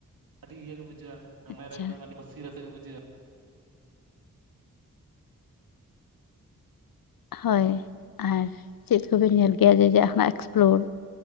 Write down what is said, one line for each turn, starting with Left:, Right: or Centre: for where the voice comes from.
Right: ᱟᱹᱰᱤ ᱤᱭᱟᱹᱮ ᱵᱩᱡᱷᱟᱹᱜᱼᱟ᱾ ᱢᱚᱱᱮ
Left: ᱟᱪᱪᱷᱟ
Right: ᱨᱮ ᱮᱠᱫᱚᱢ ᱟᱹᱰᱤ ᱠᱩᱥᱤ ᱨᱟᱹᱥᱠᱟᱹ ᱜᱮ ᱵᱩᱡᱷᱟᱹᱜᱼᱟ᱾
Left: ᱦᱳᱭ ᱟᱨ ᱪᱮᱫ ᱠᱚᱵᱮᱱ ᱧᱮᱞ ᱜᱮᱭᱟ, ᱡᱮ ᱡᱮᱫᱱᱟᱜ ᱮᱠᱥᱯᱞᱳᱨ᱾